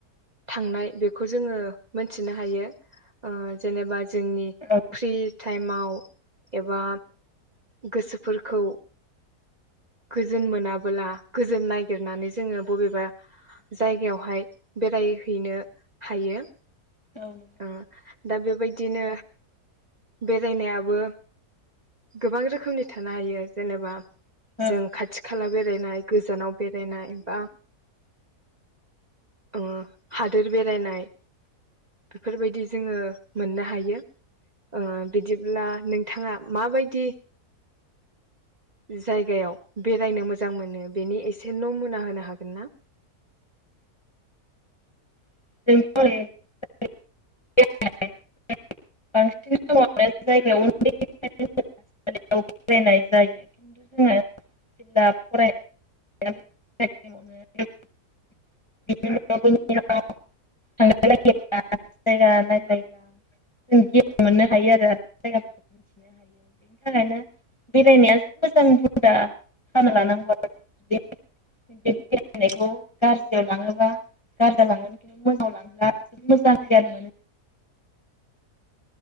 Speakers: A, on the right; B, on the left.
A: थांनाय बेखौ जोङो मोनथिनो हायो ओ जेनेबा जोंनि
B: औ
A: फ्रि टाइमाव एबा गोसोफोर खौ गोजोन मोनाबोला गोजोन नागिरनानै जोङो बबेबा जायगायावहाय बेरायहैनो हायो
B: औ नंगौ
A: ओ दा बेबायदिनो बेरायनायाबो गोबां रोखोमनि था नो हायो जेनेबा
B: औ
A: जों खाथि खाला बे रायनाय गोजानाव बेरायनाय बा ओ हादोर बेरायनाय बेफोरबायदि जोङो मोननो हायो ओ बिदिब्ला नोंथाङा माबायदि जायगायाव बेरायनो मोजां मोनो बेनि एसे न' मुना होनो हागोन ना
B: <unintelligible> <unintelligible> मोजां <inaudible> लांब्ला <inaudible> मोजां <inaudible> गियान <inaudible> मोनो